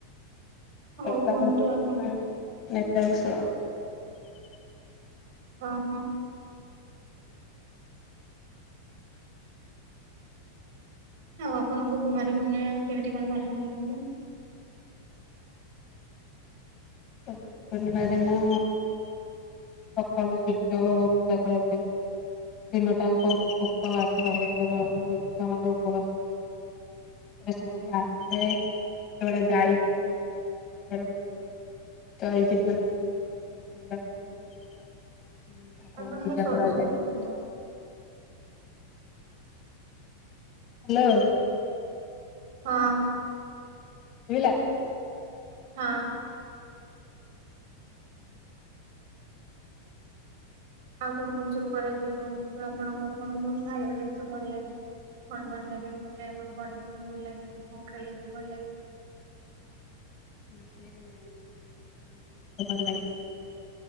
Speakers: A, on the left; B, on the right.
A: <unintelligible>
B: ହଉ କୁହନ୍ତୁ ଆଉ କଣ? ଅହ। ଆଉ ଆପଣଙ୍କୁ କୁମାରପୁର୍ଣିମା କେମିତି କଣ ପାଳନ କରନ୍ତି।
A: କୁମାର ପୂର୍ଣ୍ଣିମା ଦିନ ସକାଳୁ ସୂର୍ଯ୍ୟ ଓ ପୂଜା କରାଯାଏ। ଦିନ ଟାଙ୍କ ଉପବାସ ରହିବାରେ ଝିଅ ମାନେ ଉପବାସ ସନ୍ଧ୍ୟା ହେଲେ ଯେତେବେଳେ ଗାଈ ଫେରନ୍ତି ଚରିକି ଫେରନ୍ତି ସେ ଫେରିବା ପରେ ଠାକୁରଙ୍କୁ
B: ଆପଣଙ୍କ
A: ପୂଜା
B: ସରୁ
A: କରାଯାଏ।
B: ଶୁଭୁନି ତ
A: ହାଲୋ।
B: ହଁ।
A: ସୁଵିଲା।
B: ହଁ। ଆଉ କଣ କଣ ସବୁ କରାଯାଏ କୁହନ୍ତୁ ତ ଆପଣଙ୍କର କଣ କୋଉ ଖାଇବା ଜିନିଷ ଭଲ ଲାଗେ। କଣ ବନେଇ ଭଲ ଲାଗେ, କଣ ପଢେଇବା ପାଇଁ ଭଲ ଲାଗେ, କଣ ଖେଳିବା ପାଇଁ ଭଲ ଲାଗେ।
A: ମତେ ମାଂସ ଖାଇବାକୁ ଭଲ ଲାଗେ।